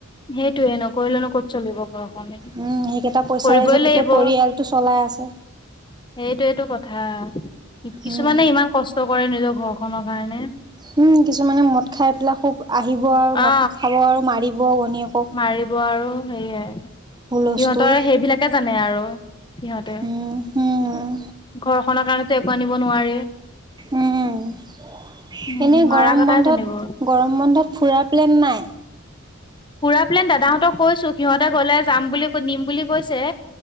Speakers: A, on the left; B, on the right.
A: সেইটোয়ে নকৰিলেনো ক'ত চলিব ঘৰখনে
B: উম সেইকেইটা পইচাৰে
A: কৰিবই
B: যে গোটেই
A: লাগিব।
B: পৰিয়ালটো চলাই আছে
A: সেইটোইটো কথা কিছুমানে
B: উম
A: ইমান কষ্ট কৰে নিজৰ ঘৰখনৰ কাৰণে।
B: উম কিছুমানে মদ খাই পেলাই খুব আহিব আৰু মদ
A: অ
B: খাব আৰু মাৰিব। ভনীয়েকক
A: মাৰিব আৰু সেয়ে সিহঁতৰ
B: হুলস্থুল
A: সেইবিলাকে জানে আৰু। সিহঁতে
B: উম উম
A: ঘৰখনৰ কাৰণো একো আনিব নোৱাৰে।
B: উম।
A: উম
B: এনেই
A: মাৰা
B: গৰম
A: কটাই
B: বন্ধত
A: জানিব
B: গৰম বন্ধত ফুৰাৰ প্লেন নাই।
A: সুৰা প্লেন দাদাহঁতক কৈছো সিহঁতে গলে যাম বুলি ক নিম বুলি কৈছে।